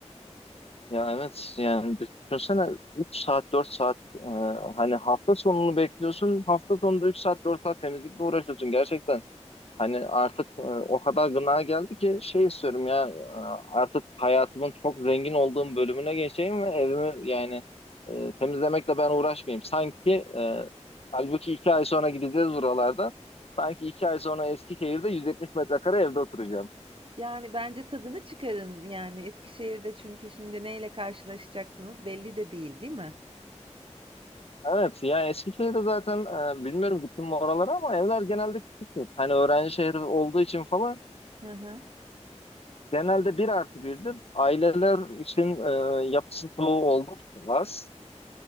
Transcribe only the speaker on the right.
Yani bence tadını çıkarın yani Eskişehir'de çünkü şimdi neyle karşılaşacaksınız belli de değil, değil mi?
Hı hı.